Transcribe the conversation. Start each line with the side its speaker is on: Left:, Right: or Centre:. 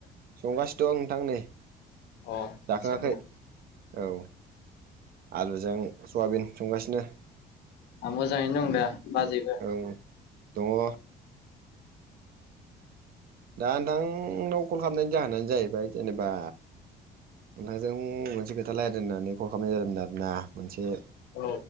Right: संगासिनो दं नोंथां नै
Left: अ
Right: जाखङाखै
Left: सोरबा
Right: औ आलुजों सवाबिन संगासिनो
Left: आं मोजाङैनो दं दे बाजैबो
Right: जौ दङ दा नोंथांनाव कल खालामनायनि जाहोनानो जाहैबाय जेनेबा नोंथांजों मोनसे खोथा रायलायनो होननानै कल खालामनाय जादोंमोन आरोना मोनसे
Left: औ